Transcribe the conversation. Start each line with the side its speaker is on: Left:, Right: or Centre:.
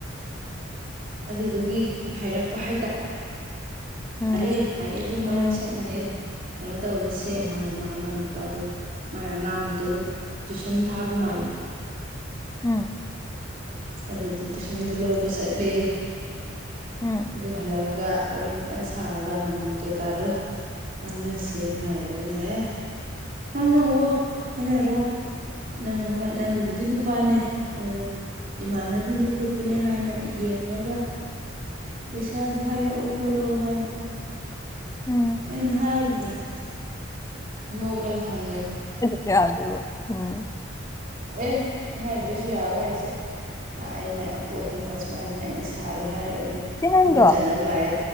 Right: ꯑꯗꯨꯗꯨꯒꯤ ꯍꯥꯏꯔꯛꯄ ꯍꯥꯏꯇꯥ
Left: ꯎꯝ
Right: ꯑꯔꯦ ꯑꯩ ꯑꯗꯨ ꯃꯔꯛ
Left: ꯎꯝ
Right: ꯁꯠꯅ ꯍꯦꯛ ꯀꯩꯅꯣ ꯇꯧꯔꯁꯦ ꯍꯥꯏ ꯃꯥ ꯃꯥꯏ ꯅꯨꯄꯥꯗꯨ ꯃꯥꯥꯏ ꯑꯉꯥꯡꯗꯨꯠ ꯇꯨꯏꯁꯟ ꯊꯥꯕ ꯃꯥꯜꯂꯤ
Left: ꯎꯝ
Right: ꯑꯗꯨꯗ ꯇꯨꯏꯁꯟꯗꯨ ꯂꯧꯕ ꯆꯠꯂꯦ
Left: ꯎꯝ
Right: ꯑꯗꯨ ꯍꯜꯂꯛꯑꯒ ꯋꯥꯔꯤ ꯑꯝꯇꯪ ꯁꯥꯔꯒ ꯃꯃꯟ ꯀꯩꯀꯥꯗꯣ ꯉꯥꯡꯅꯁꯦꯅ ꯍꯥꯏ ꯑꯗꯥ ꯑꯩꯅ ꯍꯦ ꯉꯥꯡꯅꯧꯋꯣ ꯍꯥꯏꯅꯔꯣ ꯅꯪ <unintelligible> ꯅꯪꯒꯤꯕꯨꯗꯤ ꯅꯨꯄꯥꯅꯦ ꯑꯗꯣ ꯏꯃꯥꯟꯅꯕꯤꯅꯦ ꯈꯣꯠꯄꯅꯦ ꯍꯥꯏꯅ ꯌꯦꯡꯉꯒ ꯄꯩꯁꯥꯗꯣ ꯍꯥꯏꯔꯛꯑꯣ ꯈꯣꯠꯂꯣ ꯍꯥꯏꯅ
Left: ꯎꯝ
Right: ꯑꯩꯅ ꯍꯥꯏꯒꯤꯕꯅꯤ ꯅꯣꯛꯂꯒ ꯊꯝꯒꯤꯝꯅꯤ
Left: <unintelligible> ꯎꯝ
Right: ꯑꯦ ꯍꯥꯏꯗ꯭ꯔꯁꯨ ꯌꯥꯕ ꯍꯥꯏꯁꯦ ꯑ ꯑꯩꯅ ꯄꯣꯠꯇꯨꯃ ꯁꯨꯃꯥꯏ ꯁꯨꯃꯥꯏꯅ ꯁꯥꯒꯦ ꯍꯥꯏꯔꯗꯤ
Left: ꯆꯦ ꯅꯪꯗꯣ
Right: ꯈꯪꯅ ꯆꯥꯟꯅꯕ ꯂꯥꯛꯑꯦ